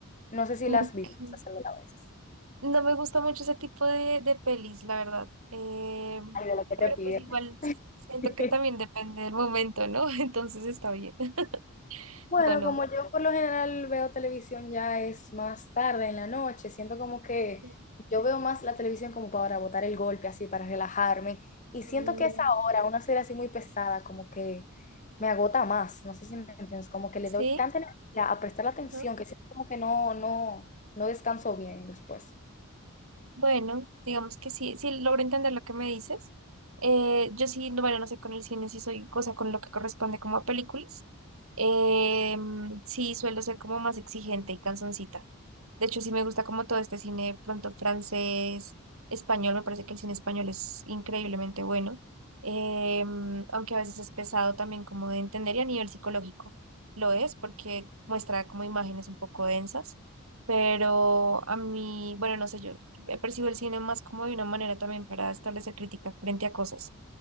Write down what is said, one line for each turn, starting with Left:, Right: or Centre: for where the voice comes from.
Left: No sé si
Right: Ok.
Left: las has visto esas alguna vez.
Right: No me gusta mucho ese tipo de, de pelis, la verdad. Eh,
Left: Ay, de lo que
Right: pero
Left: te pides.
Right: pues igual siento
Left: <laughs>
Right: que también depende del momento, ¿no? <laughs> Entonces está bien. <laughs>
Left: Bueno,
Right: No, no.
Left: como yo por lo general veo televisión ya es más tarde en la noche, siento como que
Right: Ok.
Left: yo veo más la televisión como para botar el golpe, así, para relajarme. Y siento
Right: Mm,
Left: que esa hora, una serie así muy pesada, como que me agota más. No sé si me entiendes, como que le
Right: sí.
Left: doy tanta energía a prestar la atención
Right: ujú.
Left: que siento como que no, no, no descanso bien después.
Right: Bueno, digamos que sí, sí logro entender lo que me dices. Eh, yo sí, no, bueno, no sé con el cine, sí soy cosa con lo que corresponde como a películas. Eh, mm, sí, suelo ser como más exigente y cansoncita. De hecho, sí me gusta como todo este cine pronto francés, español, me parece que el cine español es increíblemente bueno, em, aunque a veces es pesado también como de entender y a nivel psicológico lo es porque muestra como imágenes un poco densas, pero a mí, bueno, no sé, yo he percibido el cine más como de una manera también para establecer crítica frente a cosas,